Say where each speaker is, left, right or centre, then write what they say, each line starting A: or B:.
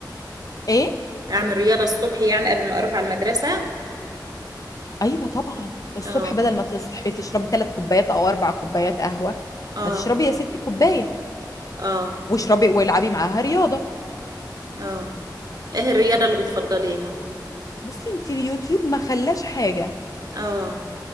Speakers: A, on the left; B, on the right.
A: ايه
B: اعمل رياضه الصبح يعني قبل ما اروح على المدرسه
A: ايوه طبعا الصبح
B: اه
A: بدل ما تصحي تشربي ثلاث كوبايات او اربع كوبايات قهوة
B: اه
A: ما تشربي يا ستي كوباية
B: اه
A: واشربي والعبي معاها رياضة
B: اه ايه الرياضه اللي بتفضليها
A: بصي انت اليوتيوب ما خلاش حاجة
B: اه